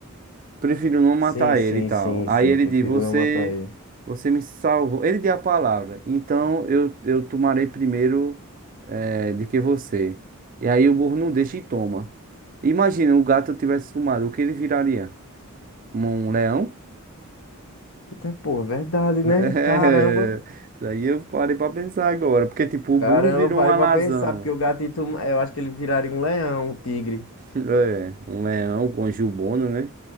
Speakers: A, on the right (about 40°); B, on the left (about 65°).
A: prefiro não matar
B: Sim, sim,
A: ele e tal.
B: sim,
A: Aí
B: sim.
A: ele
B: Prefiro
A: diz: Você,
B: não matar ele.
A: você me salvou. Ele diz a palavra. Então eu, eu tomarei primeiro eh, de que você. E aí o burro não deixa e toma. Imagina o gato tivesse tomado, o que ele viraria? Um um leão?
B: Eita, pô, verdade,
A: É, <laughs>
B: né? Caramba.
A: isso aí eu parei pra pensar agora. Porque, tipo, o
B: Caramba,
A: burro virou
B: parei
A: um alazão.
B: pra pensar, porque o gatito, eu acho que ele viraria um leão, um tigre.
A: É, um leão com um jubona, né?